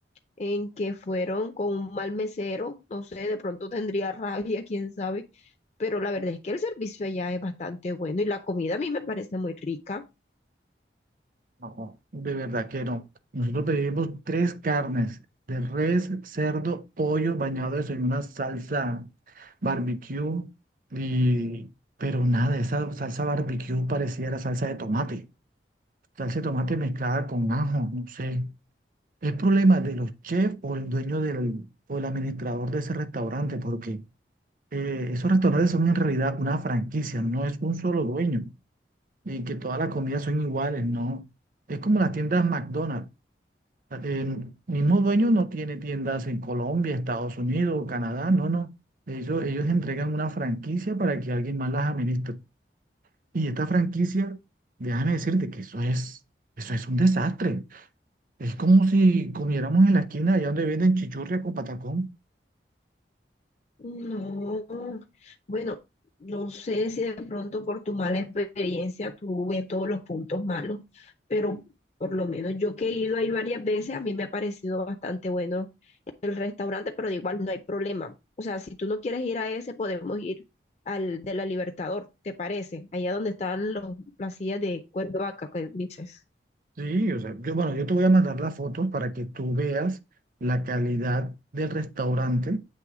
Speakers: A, on the left (about 40°); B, on the right (about 50°).
A: en que fueron con un mal mesero, no sé, de pronto tendría rabia, quién sabe, pero la verdad es que el servicio allá es bastante bueno y la comida a mí me parece muy rica.
B: No, de verdad que no. Nosotros pedimos tres carnes de res, cerdo, pollo bañados en una salsa barbecue y pero nada, esa salsa barbecue pareciera salsa de tomate, salsa de tomate mezclada con ajo, no sé. Es problema de los chefs o el dueño del o el administrador de ese restaurante porque eh, esos restaurantes son en realidad una franquicia, no es un solo dueño y que todas las comidas son iguales, no. Es como las tiendas McDonald's. El mismo dueño no tiene tiendas en Colombia, Estados Unidos, Canadá, no, no. Ellos, ellos entregan una franquicia para que alguien más las administre. Y esta franquicia, déjame decirte que eso es, eso es un desastre. Es como si comiéramos en la esquina allá donde venden chichurria con patacón.
A: No, bueno, no sé si de pronto por tu mala experiencia tú ves todos los puntos malos, pero por lo menos yo que he ido ahí varias veces, a mí me ha parecido bastante bueno el restaurante, pero de igual no hay problema. O sea, si tú no quieres ir a ese, podemos ir al de la Libertador, ¿te parece? Allá donde están los, las sillas de cuero de vaca, que dices.
B: Sí, o sea, yo, bueno, yo te voy a mandar las fotos para que tú veas la calidad del restaurante,